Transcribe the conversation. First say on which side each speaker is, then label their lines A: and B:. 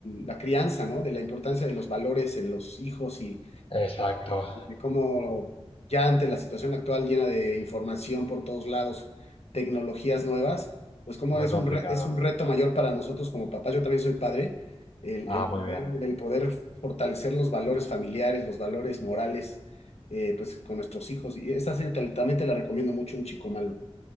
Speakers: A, on the left; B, on the left.
A: la crianza, ¿no? De la importancia de los valores en los hijos y
B: exacto.
A: de cómo ya ante la situación actual llena de información por todos lados, tecnologías nuevas, pues cómo
B: Muy
A: es
B: complicado.
A: un, re- es un reto mayor para nosotros como papás, yo también soy padre, el,
B: Ah,
A: el poder,
B: muy bien.
A: el poder fortalecer los valores familiares, los valores morales, eh, pues, con nuestros hijos. Y esa serie tal- también te la recomiendo mucho, Un Chico Malo.